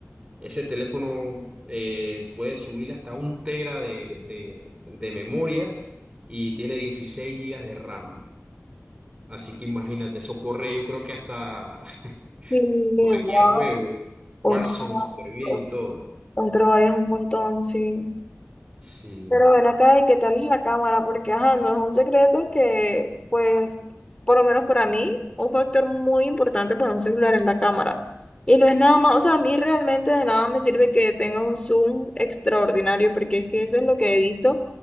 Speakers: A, on the right; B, on the left.
A: Ese teléfono eh, puede subirle hasta un tera de, de, de memoria y tiene 16 gigas de RAM. Así que imagínate, eso corre, yo creo que hasta <laughs>
B: Sí,
A: Cualquier
B: wow.
A: juego, Warzone
B: Un trabajo,
A: súper bien
B: es-
A: y todo.
B: un trabajo es un montón, sí.
A: Sí,
B: Pero ven acá, ¿y qué tal es la cámara? Porque, ajá, no es un secreto que, pues, por lo menos para mí, un factor muy importante para un celular es la cámara. Y no es nada más, o sea, a mí realmente de nada me sirve que tenga un zoom extraordinario, porque es que eso es lo que he visto,